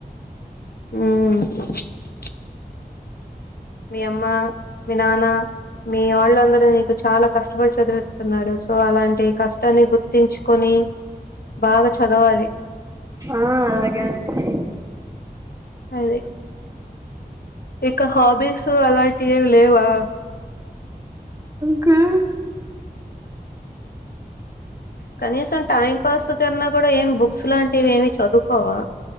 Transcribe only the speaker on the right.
ఆ అలాగే అండి
కా